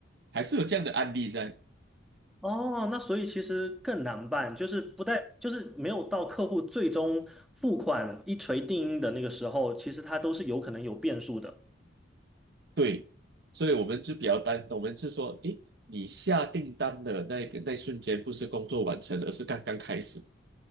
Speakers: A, on the right (about 60°); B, in the centre.
A: 还是有这样的案例在。
B: 哦，那所以其实更难办，就是不带，就是没有到客户最终付款一锤定音的那个时候，其实它都是有可能有变数的。
A: 对，所以我们就比较担，我们是说，诶，你下订单的那个那瞬间，不是工作完成，而是刚刚开始。